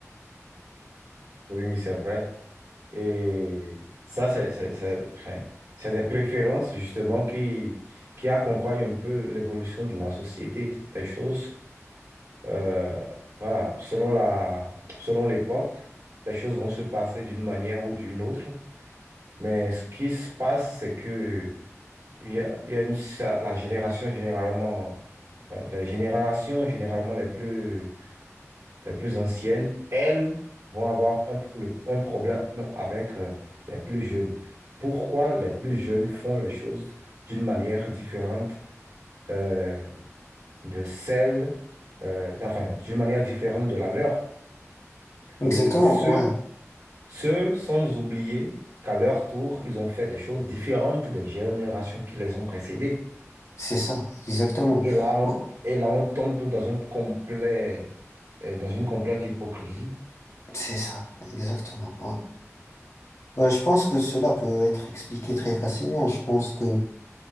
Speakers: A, on the right (about 75°); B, on the left (about 65°).
A: Oui, c'est vrai. Et ça, c'est c'est- c'est- enfin, c'est des préférences justement qui, qui accompagnent un peu l'évolution de la société. Les choses Euh, voilà, selon la, selon l'époque, les choses vont se passer d'une manière ou d'une autre. Mais ce qui se passe, c'est que il y a, il y a une, ça- la génération généralement, euh, les générations généralement les plus, les plus anciennes, elles vont avoir un, le- un problème avec euh, les plus jeunes. Pourquoi les plus jeunes font les choses d'une manière différente euh, de celle, euh, enfin, d'une manière différente de la leur?
B: Exactement,
A: Et ceux,
B: ouais.
A: ceux sans oublier qu'à leur tour, ils ont fait des choses différentes des générations qui les ont précédées.
B: C'est ça, exactement.
A: Et là, on,
B: Bon,
A: et là, on tombe dans un complet, euh, dans une complète hypocrisie.
B: c'est ça, exactement. Ouais. Ouais, je pense que cela peut être expliqué très facilement. Je pense que,